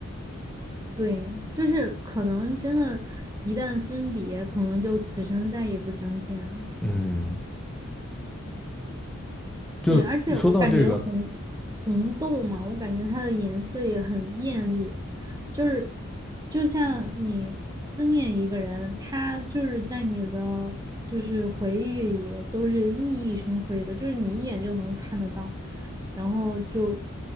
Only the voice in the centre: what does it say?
嗯，就说到这个，